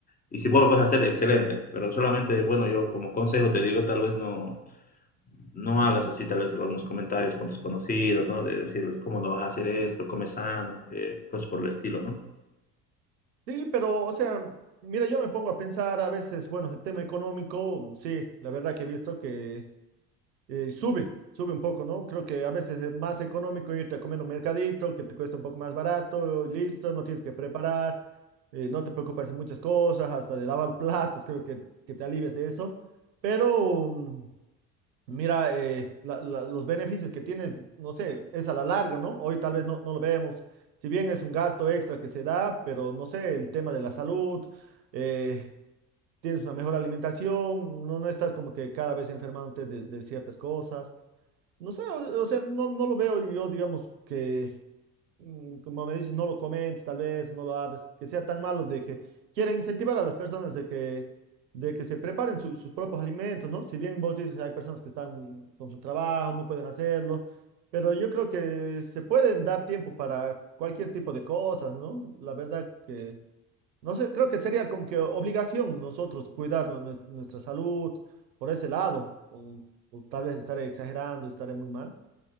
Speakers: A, on the left; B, on the right.
A: y si vos lo puedes hacer, excelente. Pero solamente, bueno, yo como consejo te digo, tal vez no, no hagas así, tal vez algunos comentarios con tus conocidos, ¿no? De decirles, ¿cómo no vas a hacer esto? Come sano, eh, cosas por el estilo, ¿no?
B: Sí, pero o sea, mira, yo me pongo a pensar a veces, bueno, el tema económico, sí, la verdad que he visto que eh, sube, sube un poco, ¿no? Creo que a veces es más económico irte a comer un mercadito que te cuesta un poco más barato, listo, no tienes que preparar, eh, no te preocupas de muchas cosas, hasta de lavar platos, creo que, que te alivias de eso. Pero um, mira, eh, la- la- los beneficios que tienes, no sé, es a la larga, ¿no? Hoy tal vez no, no lo vemos, si bien es un gasto extra que se da, pero no sé, el tema de la salud, eh, tienes una mejor alimentación, no, no estás como que cada vez enfermándote de de ciertas cosas. No sé, o, o sea, no, no lo veo yo, digamos, que, mm, como me dices, no lo comentes, tal vez, no lo hables, que sea tan malo de que quiere incentivar a las personas de que, de que se preparen su- sus propios alimentos, ¿no? Si bien vos dices, hay personas que están con su trabajo, no pueden hacerlo, pero yo creo que se pueden dar tiempo para cualquier tipo de cosas, ¿no? La verdad que, no sé, creo que sería como que obligación nosotros cuidar nue- nue- nuestra salud por ese lado, o, o tal vez estaré exagerando, estaré muy mal.